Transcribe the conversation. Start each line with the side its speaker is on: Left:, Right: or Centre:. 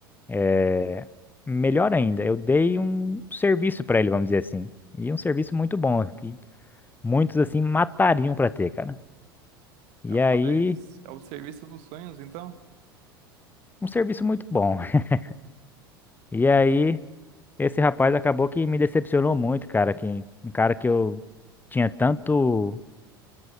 Left: eh, melhor ainda, eu dei um serviço pra ele, vamos dizer assim. E um serviço muito bom, que muitos, assim, matariam pra ter, cara. E
Right: Rapaz,
Left: aí,
Right: ao serviço dos sonhos, então.
Left: um serviço muito bom. <laughs> E aí. Esse rapaz acabou que me decepcionou muito, cara. Que, um cara que eu tinha tanto,